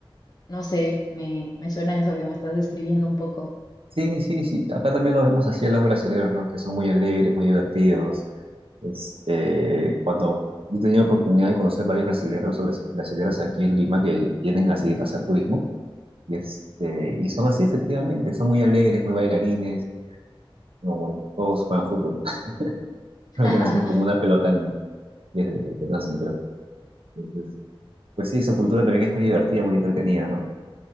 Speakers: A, on the left (about 45°); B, on the right (about 75°).
A: no sé, me, me suena eso que me estás describiendo un poco.
B: Sí, sí, sí, acá también lo vemos así a los brasileños, ¿no? Que son muy alegres, muy divertidos. Este, cuando yo he tenido oportunidad de conocer varios brasileros o brasi- brasileras aquí en Lima que vienen así a hacer turismo, y, este, y son así efectivamente, son muy alegres, muy bailarines, no, bueno, todos juegan fútbol, <laughs>
A: <laughs>
B: creo que nacen como una pelota en- desde desde que nacen, creo. Entonces, pues sí, su cultura también es muy divertida, muy entretenida, ¿no?